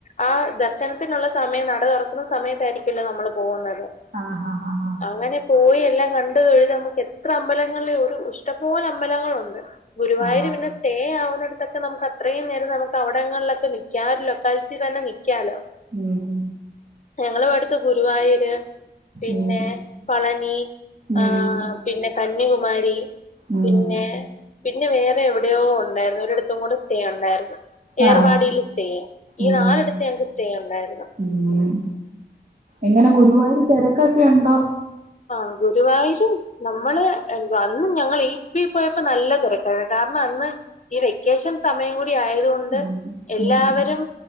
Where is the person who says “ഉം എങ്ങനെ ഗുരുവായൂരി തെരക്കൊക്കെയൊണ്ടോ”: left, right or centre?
Right